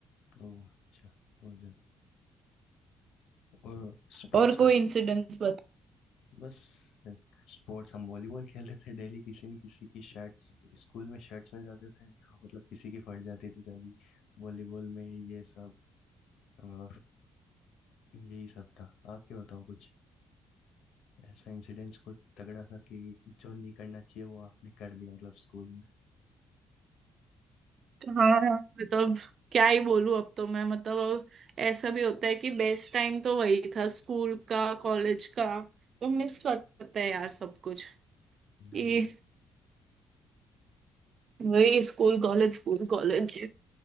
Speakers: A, on the left; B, on the right.
A: ओह अच्छा वो जन और स्पोर्ट्स
B: और
A: का
B: कोई
A: श-
B: इंसिडेंट्स बता
A: बस स्पोर्ट्स हम वॉलीबॉल खेलते थे डेली किसी न किसी की शर्ट्स स्कूल में शर्ट्स में जाते थे तो मतलब किसी की फट जाती थी कभी वॉलीबॉल में ये सब और यही सब था आप क्या बताओ कुछ ऐसा इंसिडेंट्स कुछ तगड़ा सा कि जो नहीं करना चाहिए वो आपने कर दिया मतलब स्कूल में
B: हाँ हाँ, मतलब क्या ही बोलूं अब तो मैं मतलब अब ऐसा भी होता है कि बेस्ट टाइम तो वही था स्कूल का कॉलेज का तो मिस करते हैं यार सब कुछ ये
A: हाँ वो
B: वही स्कूल कॉलेज स्कूल कॉलेज